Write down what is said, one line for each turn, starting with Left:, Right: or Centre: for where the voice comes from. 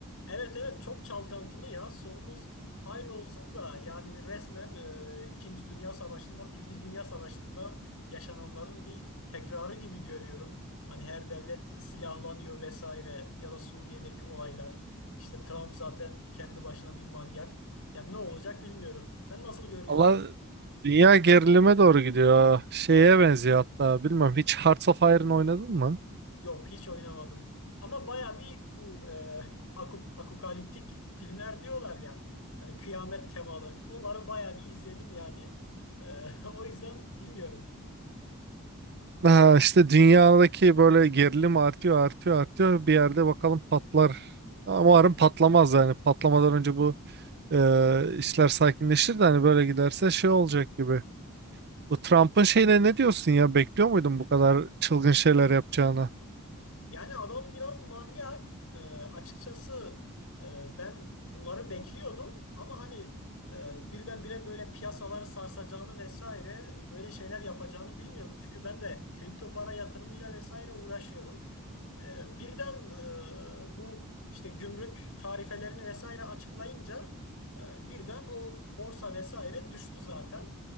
Left: Evet evet çok çalkantılı ya. Sonumuz hayır olsun da yani resmen e, İkinci Dünya Savaşı'nda, Birinci Dünya Savaşı'nda yaşananların bir tekrarı gibi görüyorum. Hani her devlet silahlanıyor vesaire ya da Suriye'deki olaylar. İşte Trump zaten kendi başına bir manyak. Yani ne olacak bilmiyorum. Sen nasıl görüyorsun?
Right: Allah dünya gerilime doğru gidiyor. Şeye benziyor hatta. Bilmem hiç Hearts of Iron oynadın mı?
Left: Yok hiç oynamadım. Ama baya bir bu e, aku- apokaliptik filmler diyorlar ya. Hani kıyamet temalı. Onları baya bir izledim yani. E, <laughs> o yüzden bilmiyorum.
Right: Ha, işte dünyadaki böyle gerilim artıyor artıyor artıyor bir yerde bakalım patlar ama umarım patlamaz yani patlamadan önce bu e, işler sakinleşir de hani böyle giderse şey olacak gibi. Bu Trump'ın şeyine ne diyorsun ya bekliyor muydun bu kadar çılgın şeyler yapacağını?
Left: Yani adam biraz manyak. Ee, açıkçası e, ben bunları bekliyordum ama hani e, birdenbire böyle piyasaları sarsacağını vesaire böyle şeyler yapacağını bilmiyordum. Çünkü ben de kripto para yatırımıyla vesaire uğraşıyorum. Ee, birden e, bu işte gümrük tarifelerini vesaire açıklayınca e, birden o borsa vesaire düştü zaten.